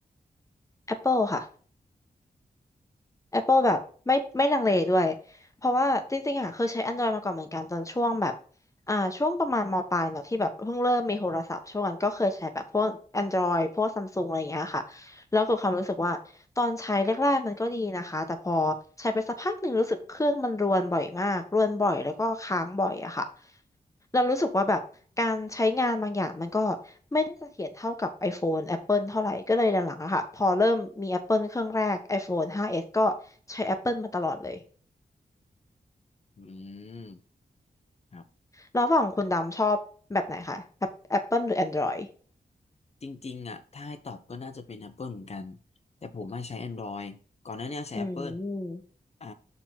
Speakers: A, on the left; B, on the left.
A: Apple ค่ะ Apple แบบไม่ไม่ลังเลด้วย เพราะว่าจริงๆอ่ะเคยใช้ Android มาก่อนเหมือนกันตอนช่วงแบบอ่าช่วงประมาณมปลายเนาะที่แบบเพิ่งเริ่มมีโทรศัพท์ช่วงนั้นก็เคยใช้แบบพวก Android พวกซัมซุงอะไรอย่างเงี้ยค่ะแล้วเกิดความรู้สึกว่าตอนใช้แรกๆมันก็ดีนะคะแต่พอใช้ไปสักพักหนึ่งรู้สึกเครื่องมันรวนบ่อยมากรวนบ่อยแล้วก็ค้างบ่อยอะค่ะ เรารู้สึกว่าแบบการใช้งานบางอย่างมันก็ไม่ได้เสถียรเท่ากับ iPhone Apple เท่าไหร่ก็เลยหลังๆอะค่ะพอเริ่มมี Apple เครื่องแรก iPhone 5S ก็ใช้ Apple มาตลอดเลย
B: อืมครับ
A: แล้วฝั่งคุณดำชอบแบบไหนคะ App- Apple หรือ Android
B: จริงๆอ่ะถ้าให้ตอบก็น่าจะเป็น Apple เหมือนกันแต่ผมไม่ใช้ Android ก่อนหน้าเนี้ใช้
A: อืม
B: Apple อ่า